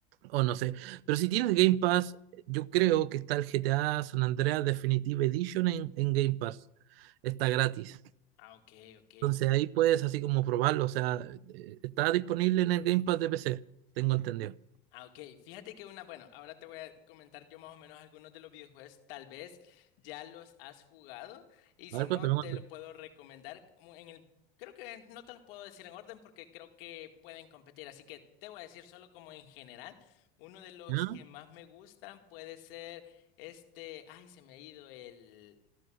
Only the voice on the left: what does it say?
Ah, ok, ok.
Ah, ok. Fíjate que una, bueno, ahora te voy a comentar yo más o menos algunos de los videojuegos, tal vez ya los has jugado y si
no,
te
los puedo recomendar como en el, creo que no te los puedo decir en orden porque creo que pueden competir, así que te voy a decir solo como en general, uno de los
que más me gustan puede ser este, ay, se me ha ido el